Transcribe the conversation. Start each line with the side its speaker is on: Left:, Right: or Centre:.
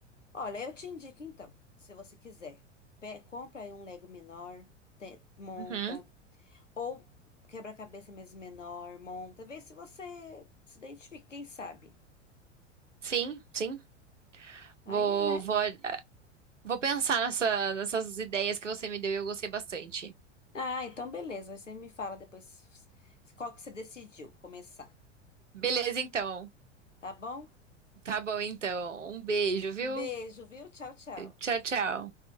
Left: Olha, eu te indico então, se você quiser, pe- compra aí um Lego menor, te- monta,
Right: Uhum,
Left: ou quebra-cabeça mesmo menor, monta, vê se você se identifica, quem sabe.
Right: Sim, sim.
Left: Aí,
Right: Vou,
Left: né?
Right: vou, vou pensar nessa- nessas ideias que você me deu e eu gostei bastante.
Left: Ah, então beleza, aí você me fala depois s- qual que você decidiu começar,
Right: Beleza, então.
Left: tá bom?
Right: Tá bom, então. Um beijo, viu?
Left: Um beijo, viu? Tchau, tchau.
Right: Tchau, tchau.